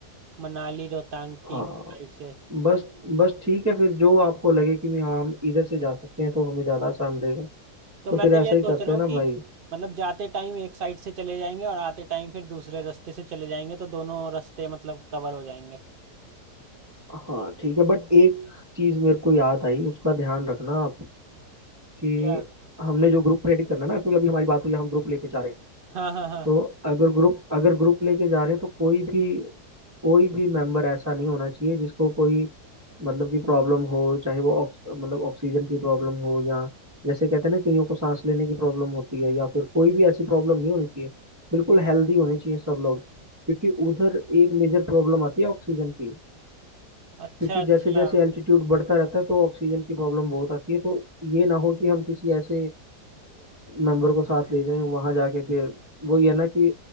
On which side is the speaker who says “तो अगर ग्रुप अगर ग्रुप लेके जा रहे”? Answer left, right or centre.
Right